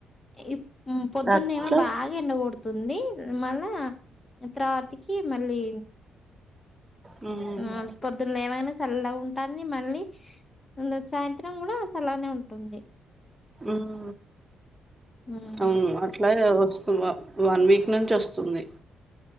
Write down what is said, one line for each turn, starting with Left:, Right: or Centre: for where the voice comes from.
Left: ఈ ఉ పొద్దున్న
Right: అట్లా
Left: ఏమో బాగా ఎండ గొడ్ తుంది మళ్ళా తర్వాతికి మళ్ళీ
Right: హ్మ్
Left: ఆస్ పొద్దున లేవైనా సల్లగా ఉన్ టంది మళ్ళీ ఉన్ సాయంత్రం కూడా సల్లగనే ఉంటుంది
Right: ఉమ్
Left: హ్మ్
Right: అవును అట్ లాగే వస్తు వ వన్ వీక్ నుంచి వస్తుంది